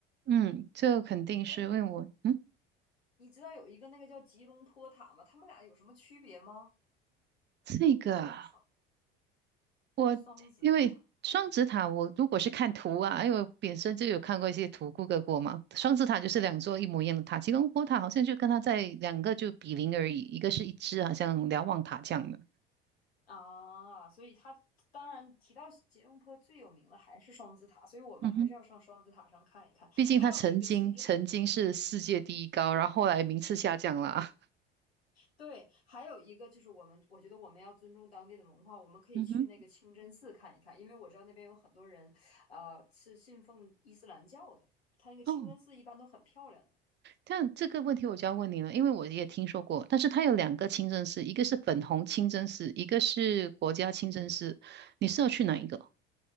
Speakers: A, on the right (about 35°); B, on the left (about 80°).
A: 嗯，这肯定是因为我嗯。
B: 哎。你知道有一个那个叫吉隆坡塔吗？他们俩有什么区别吗？
A: 这个啊
B: 那个双
A: 我因为双子塔，
B: 双子塔
A: 我如果是看图啊，因为我本身就有看过一些图，Google 过嘛。双子塔就是两座一模一样的塔，吉隆坡塔好像就跟它在两个就比邻而已，一个是一只好像瞭望塔这样的。
B: 啊，所以它当然提到吉隆坡最有名的还是双子塔，所以我们还是要上双子塔上看一看。
A: 嗯哼，毕竟它曾经曾经是世界第一高，
B: 还有那个清真，
A: 然后后来名次下降了啊
B: 对，还有一个就是我们，我觉得我们要尊重当地的文化，我们可以去那个清真寺看一看，
A: 嗯哼，
B: 因为我知道那边有很多人，呃，是信奉伊斯兰教的，他那个清真寺一般都很漂亮的。
A: 哦，但这个问题我就要问你了，因为我也听说过，但是它有两个清真寺，一个是粉红清真寺，一个是国家清真寺，你是要去哪一个？